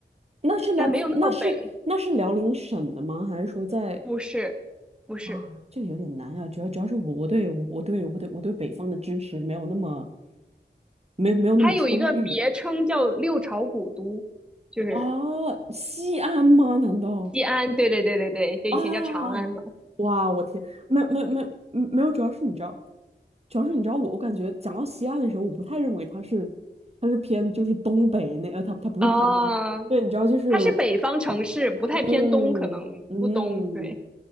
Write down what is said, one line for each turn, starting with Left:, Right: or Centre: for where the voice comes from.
Right: 那是来自那是那是辽宁省的吗？
Centre: 但没有那么北，
Right: 还是说在？
Centre: 不是，不是，
Right: 啊，这个有点难啊，主要主要是我我对我我对我对我对北方的知识没有那么没没有那么充裕
Centre: 它有一个别称叫六朝古都，就是
Right: 啊，西安吗？难道
Centre: 西安，对对对对对，就以前叫长安嘛，
Right: 啊？哇，我天，没没没嗯没有，主要是你知道，主要是你知道我我感觉讲到西安的时候，我不太认为它是它是偏就是东北那呃，它它不是偏东北，
Centre: 啊，
Right: 对，你知道就是我
Centre: 它是北方城市，不太偏东，
Right: 嗯嗯，
Centre: 可能不东，对，